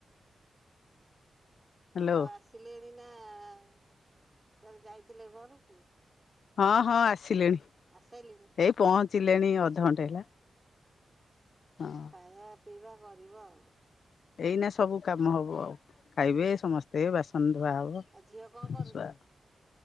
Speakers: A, on the left; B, on the right.
A: ହ୍ୟାଲୋ
B: ଆଉ ଆସ ଥିଲି ଏଇନା କୁଆଡେ ଯାଇଥିଲେ ଘରକୁ।
A: ହଁ ହଁ ଆସିଲେଣି।
B: ଆସାଇଲେଣି?
A: ଏଇ ପହଞ୍ଚିଲେଣି ଅଧଘଣ୍ଟେ
B: ହଁ
A: ହେଲା ହଁ।
B: ଖାଇବା ପିଇବା କରିବ ଆଉ।
A: ଏଇନା ସବୁ କାମ ହବ ଆଉ ଖାଇବେ ସମସ୍ତେ ବାସନ ଧୁଆ ହବ।
B: ଆଉ ଝିଅ କଣ କରୁଛି?
A: ଶୁଆ